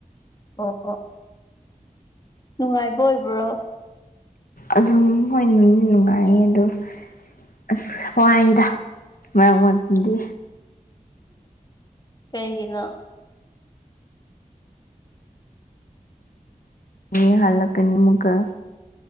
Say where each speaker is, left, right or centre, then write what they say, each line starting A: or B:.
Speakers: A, on the left (about 30°); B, on the left (about 75°).
A: ꯑꯣ ꯑꯣ ꯅꯨꯡꯉꯥꯏꯕ ꯑꯣꯏꯕ꯭ꯔꯣ
B: ꯑꯗꯨꯝꯍꯣꯏ ꯅꯨꯡꯗꯤ ꯅꯨꯉꯥꯏꯌꯦ ꯑꯗꯣ ꯑꯁ ꯋꯥꯏꯗ ꯃꯔꯛ ꯃꯔꯛꯇꯗꯤ
A: ꯀꯩꯒꯤꯅꯣ
B: ꯌꯦ ꯍꯜꯂꯛꯀꯅꯤ ꯑꯃꯨꯛꯀ